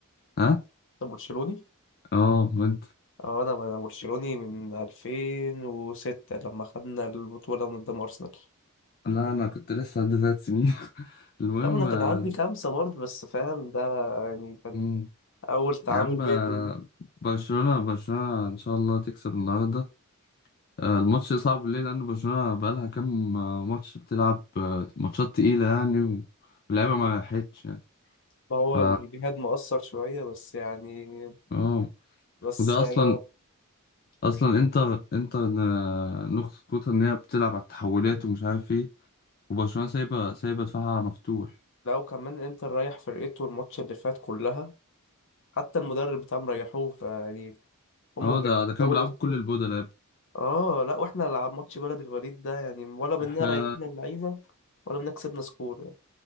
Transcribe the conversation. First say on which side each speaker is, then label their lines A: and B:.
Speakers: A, on the left; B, on the left.
A: ها
B: انت برشلوني
A: اه وانت
B: اه انا انا برشلوني من 2006 لما خدنا البطولة من قدام أرسنال
A: لا انا كنت لسه عندي ثلاث سنين <laughs> المهم
B: لا ما انا كان
A: آه،
B: عندي خمسة برضه بس فاهم ده يعني كان
A: مم.
B: أول تعامل
A: يا عم
B: بيني
A: آه،
B: وبين-
A: برشلونة برشلونة ان شاء الله تكسب النهارده آه، الماتش صعب ليه لأن برشلونة بقالها كام آه، ماتش بتلعب آه، ماتشات تقيلة يعني و- واللعيبة ما راحتش يعني
B: ما هو
A: ف
B: الجهاد مؤثر شوية بس يعني
A: اه
B: بس
A: وده
B: يعني
A: أصلا أصلا انتر انتر ن- نقطة قوتها إن هي بتلعب على التحولات ومش عارف ايه وبرشلونة سايبة سايبة دفاعها مفتوح
B: لو كمان انت رايح فرقته الماتش اللي فات كلها حتى المدرب بتاعهم ريحوه فيعني هم
A: اه
B: بيحتوا
A: ده ده كانوا بيلعبوا
B: اسبوع
A: بكل البودلة يا ابني.
B: اه لا واحنا لعب ماتش بلد الوليد ده يعني ولا منا
A: احنا
B: ريحنا اللعيبه ولا منا كسبنا سكور يعني.